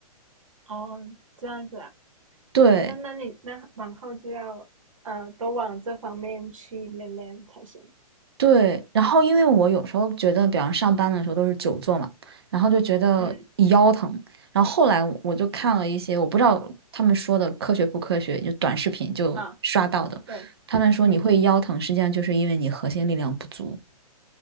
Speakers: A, on the right; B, on the right.
A: 哦，这样子啊，
B: 对，
A: 那那你那往后就要呃多往这方面去练练才行。
B: 对，然后因为我有时候觉得，比方上班的时候都是久坐嘛，然后就觉得腰疼。
A: 嗯
B: 然后后来我就看了一些，我不知道他们说的科学不科学，就短视频就刷到的，
A: 啊。对，
B: 他们说你会腰疼，
A: 嗯，
B: 实际上就是因为你核心力量不足。